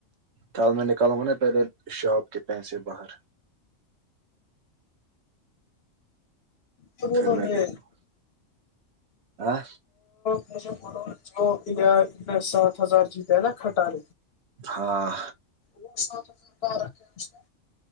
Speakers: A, on the right; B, on the left.
A: کال میں نکالوں گا نا پہلے شاپ کے پیسے باہر
B: یہ بت
A: پھر میں
B: بیا
A: دیکھوں ہاں
B: <unintelligible> تو مے ب جو سات ہزار جی پ ہے نا کھٹال
A: ہاں
B: ب صاف س رکھے <unintelligible>